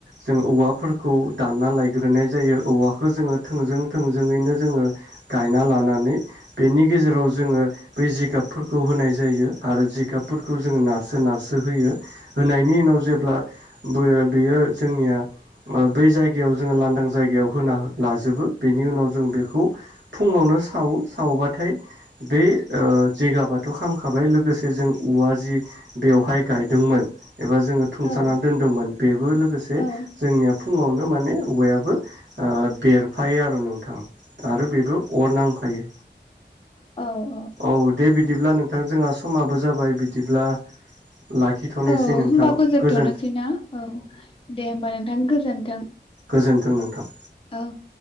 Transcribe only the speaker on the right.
जों औवाफोरखौ दानना लायग्रोनाय जायो औवाखो जोङो थोंजों थोंजोङैनो जोङो गायना लानानै बेनि गेजेराव जोङो बे जिगाबफोरखौ होनाय जायो आरो जिगाबफोरखौ जोङो नारसो नारसो होयो होनायनि उनाव जेब्ला बो बेयो जोंनिया बै जायगायाव जोङो लानदां जायगायाव होना लाजोबो बेनि उनाव जों बेखौ फुङावनो सावो सावबाथाय बे जिगाबाथ' खामखाबाय लोगोसे जों औवा जि बेवहाय गायदोंमोन एबा जोङो थुंसानानै
दोनदोंमोन बेबो लोगोसे
जोंनिया फुङावनो माने औवायाबो ओ बेरफायो आरो नोंथां आरो बेबो अर नांफायो।
औ दे बिदिब्ला नोंथां जोंहा समाबो जाबाय बिदिब्ला लाखिथ'नोसै
नोंथां
गोजोन
गोजोन्थों नोंथां।